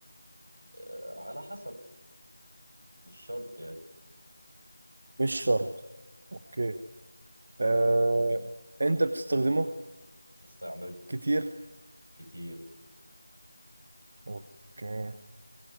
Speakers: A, on the right; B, on the right.
A: آه، على حسب مش شرط يعني.
B: مش شرط اوكي آه، أنت بتستخدمه
A: بستعمله
B: كتير
A: كتير
B: اوكي